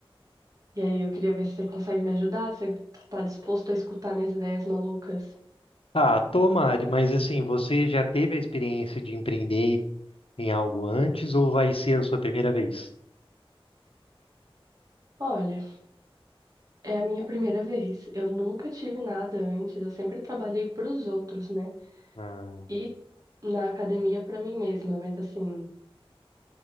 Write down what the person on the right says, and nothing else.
E aí eu queria ver se você consegue me ajudar, se você tá disposto a escutar minhas ideias malucas.
Olha. É a minha primeira vez. Eu nunca tive nada antes. Eu sempre trabalhei pros outros, né?
E na academia pra mim mesma. Mas assim,